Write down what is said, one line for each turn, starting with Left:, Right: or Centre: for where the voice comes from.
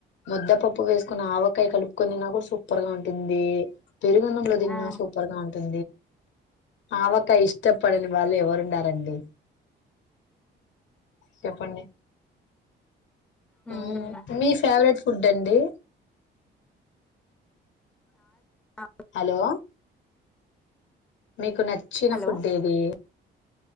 Left: ముద్దపప్పు వేసుకొని ఆవ కాయ కలుపుకొన్ని తిన్నా కూడా సుప ఉప్పగా ఉంటుంది పెరుగు అన్నంలో తిన్న
Centre: ఆ
Left: సూపర్గాదు ఆవకా ఇష్టపడిని వాళ్ళు ఎవరున్నారండి చెప్పండి
Centre: ఉమ్
Left: మ్మ్. మీ ఫేవరెట్ ఫుడ్ అండి
Centre: అ
Left: హలో మీకు నచ్చిన
Centre: హలో
Left: ఫుడ్ ఏది